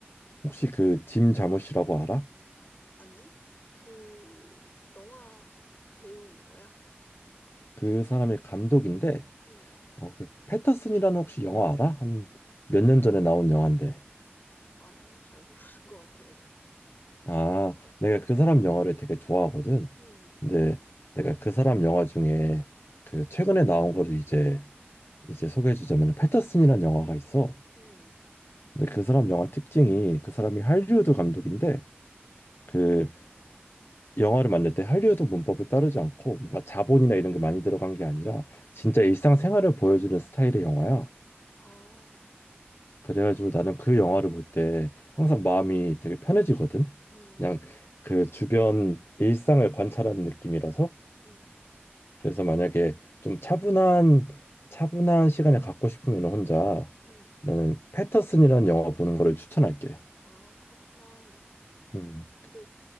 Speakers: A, on the left; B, on the left.
A: 혹시 그 짐 자무시라고 알아?
B: 아니, 그 영화 배우인 거야?
A: 그 사람의 감독인데
B: 응,
A: 어, 그 패터슨이라는 혹시 영화 알아? 한 몇 년 전에 나온 영화인데.
B: 아니, 잘 모르는 것 같아, 내가.
A: 아, 내가 그 사람 영화를 되게 좋아하거든.
B: 응,
A: 근데 내가 그 사람 영화 중에 그 최근에 나온 거를 이제 이제 소개해 주자면 패터슨이라는 영화가 있어.
B: 응,
A: 근데 그 사람 영화 특징이 그 사람이 할리우드 감독인데 그 영화를 만들 때 할리우드 문법을 따르지 않고 뭔가 자본이나 이런 게 많이 들어간 게 아니라 진짜 일상생활을 보여주는 스타일의 영화야.
B: 아,
A: 그래가지고 나는 그 영화를 볼 때 항상 마음이 되게 편해지거든.
B: 응,
A: 그냥 그 주변 일상을 관찰하는 느낌이라서
B: 응,
A: 그래서 만약에 좀 차분한 차분한 시간을 갖고 싶으면 혼자
B: 응.
A: 나는 패터슨이라는 영화 보는 거를 추천할게.
B: 아, 그렇구나.
A: 음,
B: 근데